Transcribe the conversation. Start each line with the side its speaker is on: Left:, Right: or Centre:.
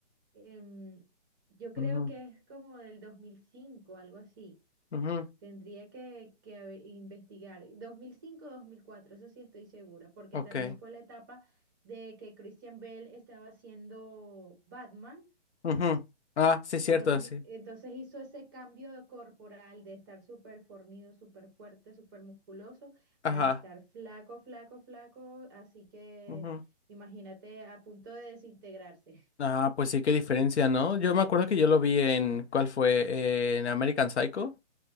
Right: em, yo creo
Left: Ujú,
Right: que es como del 2005, algo así.
Left: ujú,
Right: Tendría que, que haber- investigar. 2005-2004, eso sí estoy segura, porque
Left: ok.
Right: también fue la etapa de que Christian Bale estaba haciendo Batman.
Left: Ujú. Ah, sí, cierto,
Right: Entonces,
Left: sí.
Right: entonces hizo ese cambio corporal de estar súper fornido, súper fuerte, súper musculoso,
Left: Ajá.
Right: a estar flaco, flaco, flaco. Así que
Left: Ujú.
Right: imagínate a punto de desintegrarse. <laughs>
Left: Ah, pues sí, qué diferencia, ¿no? Yo me acuerdo que yo lo vi en,
Right: Sí,
Left: ¿cuál fue? Eh, en American Psycho.